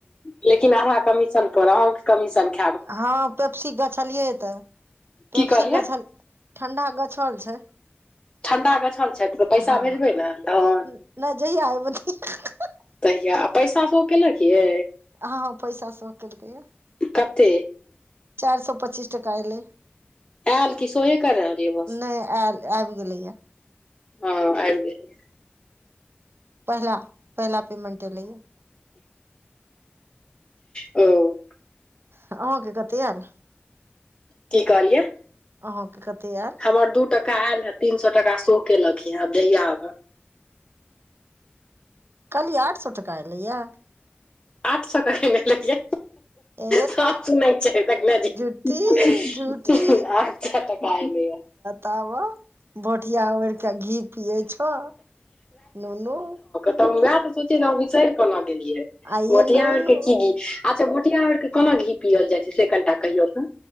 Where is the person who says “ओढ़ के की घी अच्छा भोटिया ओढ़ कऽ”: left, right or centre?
Left